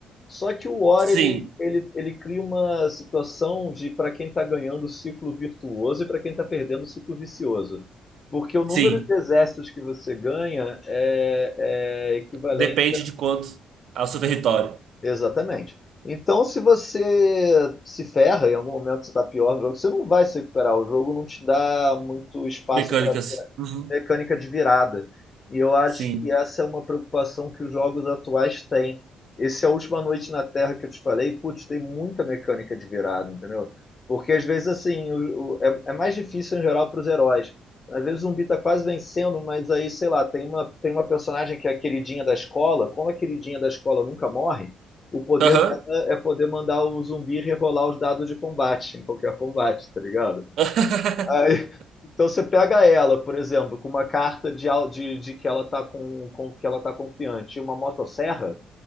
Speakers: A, on the left; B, on the right.
A: Só que o War
B: Sim,
A: ele, ele, ele cria uma situação de para quem está ganhando o ciclo virtuoso e para quem está perdendo o ciclo vicioso. Porque o número
B: sim.
A: de exércitos que você ganha é, é equivalente.
B: Depende de quanto ao seu território.
A: Exatamente. Então, se você se ferra, em algum momento você está pior no jogo, você não vai se recuperar. O jogo não te dá muito espaço
B: Mecânicas. Uhum.
A: mecânica de virada. E eu acho
B: Sim.
A: que essa é uma preocupação que os jogos atuais têm. Esse é a última noite na Terra que eu te falei, putz, tem muita mecânica de virada, entendeu? Porque às vezes assim, o- o- é, é mais difícil em geral para os heróis. Às vezes o zumbi tá quase vencendo, mas aí, sei lá, tem uma, tem uma personagem que é a queridinha da escola. Como a queridinha da escola nunca morre, o poder
B: Aham.
A: dela é poder mandar o zumbi rerolar os dados de combate, em qualquer combate, tá ligado?
B: <laughs>
A: Aí, então você pega ela, por exemplo, com uma carta de, au- de, de que ela está com, com- que ela tá confiante, e uma motosserra,